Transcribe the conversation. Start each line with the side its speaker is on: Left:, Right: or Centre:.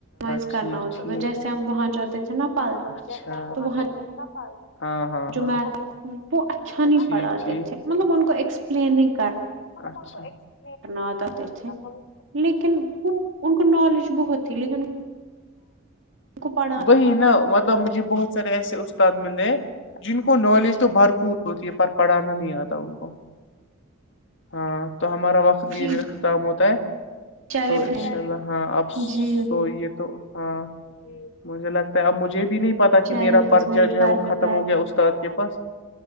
Right: ز
Left: ٹھیک
Right: کرنا ہوتا
Left: ٹھیک
Right: تھا جیسے ہم وہاں جاتے تھے نا پال
Left: اچھا
Right: تو وہاں
Left: ہاں ہاں
Right: جو
Left: ہاں
Right: میتھ وہ اچھا نہیں
Left: نا
Right: پڑھاتے تھے مطلب ان کو ایکسپلین نہیں کر
Left: <inaudible>
Right: نا آتے تھے
Left: وہ
Right: لیکن ان کو نالج بہت تھی لیکن کو پڑھا
Left: وہی نا مطلب مجھے بہت سارے ایسے استاد ملے ہیں جن کو نالج تو بھرپور ہوتی ہے پر پڑھانا نہیں آتا ان کو ہاں تو ہمارا وقت بھی
Right: جی
Left: جو اختام ہوتا ہے
Right: چلے
Left: تو ان
Right: پھر
Left: شاء اللہ ہاں آپ
Right: جی
Left: سو یہ تو ہاں مجھے لگتا ہے اب مجھے بھی نہیں پتا کہ
Right: چلے
Left: میرا پرچہ
Right: بس میرے
Left: جو ہے
Right: سر
Left: وہ
Right: میں
Left: ختم
Right: درد
Left: ہو گیا اس استاد کے پاس